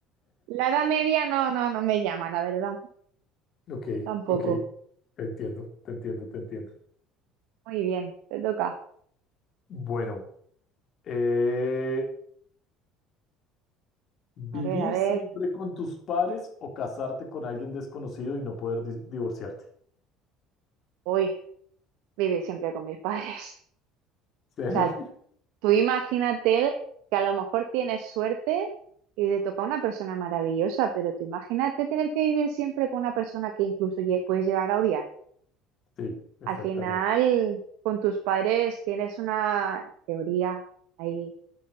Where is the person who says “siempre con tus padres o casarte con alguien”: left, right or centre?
Left